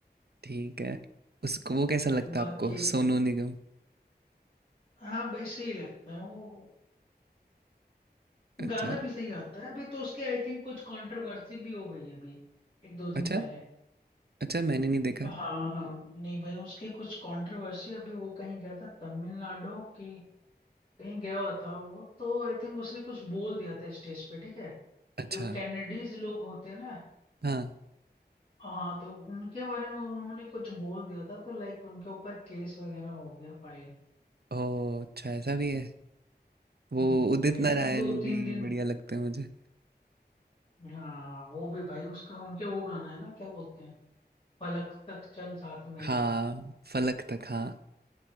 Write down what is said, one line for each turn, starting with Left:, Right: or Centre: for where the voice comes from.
Right: ठीक है उसको वो कैसा लगता
Left: बाकी
Right: है आपको सोनू निगम
Left: हाँ भाई सही लगता है वो
Right: अच्छा
Left: गाना भी सही आता है अभी तो उसकी आई थिंक कुछ कंट्रोवर्सी भी हो गई है अभी एक दो दिन
Right: अच्छा
Left: पहले
Right: अच्छा मैंने नहीं देखा
Left: हाँ हाँ नहीं भाई उसकी कुछ कंट्रोवर्सी अभी वो कहीं गया था तमिलनाडु की कहीं गया हुआ था वो तो आई थिंक उसने कुछ बोल दिया था स्टेज पे ठीक है
Right: अच्छा
Left: जो कैनेडीज लोग होते हैं ना
Right: हाँ
Left: हाँ तो उनके बारे में उन्होंने कुछ बोल दिया था तो लाइक उनके ऊपर केस वगैरह हो गया फाइल
Right: ओ अच्छा ऐसा भी है वो
Left: हम्म
Right: उदित
Left: भाई
Right: नारायण
Left: अभी दो
Right: भी
Left: तीन दिन
Right: बढ़िया लगते हैं मुझे
Left: हाँ वो भी भाई उसका उनके वो गाना है ना क्या बोलते हैं पलक तक चल साथ मेरे
Right: हाँ फलक तक हाँ